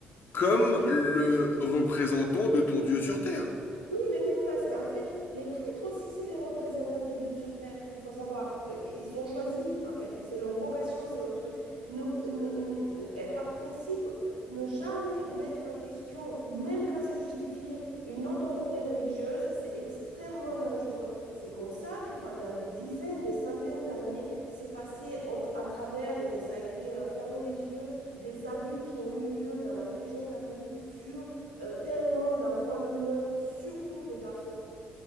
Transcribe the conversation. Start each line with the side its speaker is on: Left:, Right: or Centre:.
Left: comme le représentant de ton Dieu sur terre.
Right: Oui, mais non, parce qu'en fait, les prêtres aussi, c'est les représentants des dieux sur terre. Il faut savoir, Euh, ils sont choisis, en fait. C'est leur vocation, c'est leur truc. Ne- ne- ne- euh, par principe, ne jamais mettre en question, même quand c'est justifié, une autorité religieuse, c'est extrêmement dangereux. C'est comme ça que pendant des dizaines, des centaines d'années, c'est passé au- à travers et ça a été euh, fermé les yeux des abus qui ont eu lieu dans la religion catholique sur euh, tellement d'enfants mineurs, surtout des garçons.